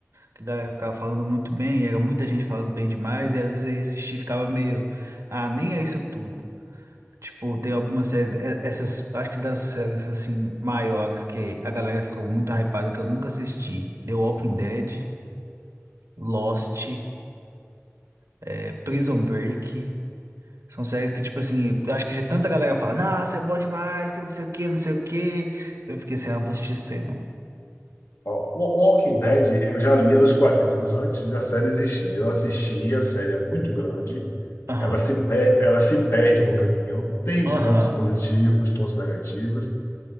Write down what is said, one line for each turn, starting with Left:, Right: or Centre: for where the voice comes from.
Right: que a galera ficava falando muito bem, era muita gente falando bem demais, e às vezes eu ia assistir e ficava meio, ah, nem é isso tudo. Tipo, tem algumas séries, é- essas, acho que das séries assim maiores que a galera ficou muito hypada que eu nunca assisti. The Walking Dead, Lost, é, Prison Break. São séries que, tipo assim, eu acho que de tanta galera fala, nossa, é bom demais, que não sei o que, não sei o que. Eu fiquei assim, ah, não vou assistir isso daí, não.
Left: Ó, o- o Walking Dead, eu já lia os quadrinhos antes da série existir. Eu assisti, a série é muito grande.
Right: Aham,
Left: Ela se, pe- ela se perde no caminho. Tem
Right: aham,
Left: pontos positivos, pontos negativos.